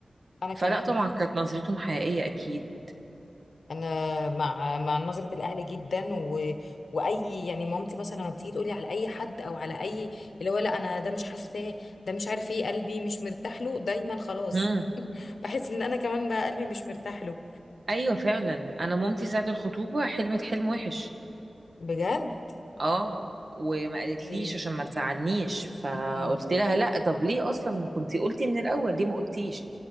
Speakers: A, on the left; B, on the right.
A: انا كمان
B: فلا طبعا كانت نظرتهم حقيقيه اكيد
A: انا مع مع نظره الاهل جدا و... واي يعني مامتي مثلا لما بتيجي تقولي على اي حد او على اي اللي هو لا انا ده مش حاساه ده مش عارف ايه قلبي مش مرتاح له دايما خلاص
B: امم
A: بحس ان انا كمان بقى قلبي مش مرتاح له
B: ايوه فعلا انا مامتي ساعه الخطوبه حلمت حلم وحش
A: بجد
B: اه وما قالتليش
A: ايه
B: عشان ما تزعلنيش فقلت
A: امم
B: لها لا طب ليه اصلا ما كنتي قلتي من الاول ليه ما قلتيش